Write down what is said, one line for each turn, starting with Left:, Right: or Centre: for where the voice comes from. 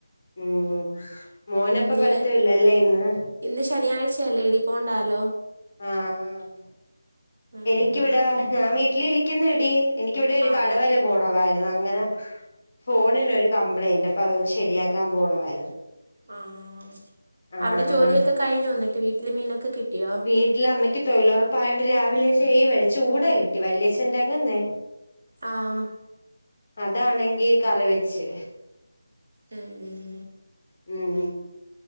Left: ഉം മോനപ്പ
Right: ഉം നീ
Left: പഠിത്തം ഇല്ലല്ലേ ഇന്ന്?
Right: ഇന്ന് ശനിയാഴ്ചയല്ലേടി? പോണ്ടാല്ലോ?
Left: ആഹ്
Right: ഉം
Left: എനിക്കിവിടാ ഞാൻ വീട്ടിലിരിക്കുന്നെടി. എനിക്കിവിടെ ഒരു
Right: ആണോ
Left: കടവരെ പോണമായിരുന്നു. അങ്ങനെ ഫോണിന് ഒരു കംപ്ലയിന്റ് അപ്പൊ അതൊന്ന് ശരിയാക്കാൻ പോണമായിരുന്നു.
Right: ആഹ്
Left: ആഹ്
Right: അവിടെ ജോലിയൊക്കെ കഴിഞ്ഞോ? എന്നിട്ട് വീട്ടില് മീനൊക്കെ കിട്ടിയോ?
Left: വീട്ടില് അമ്മയ്ക്ക് തൊഴിലുറപ്പായോണ്ട് രാവിലെ ചെയുവായി ചൂട കിട്ടി. വല്യച്ഛന്റെ അങ്ങന്നെ
Right: ആഹ്.
Left: അതാണെങ്കി കറി വെച്ച്.
Right: ഉം.
Left: ഉം.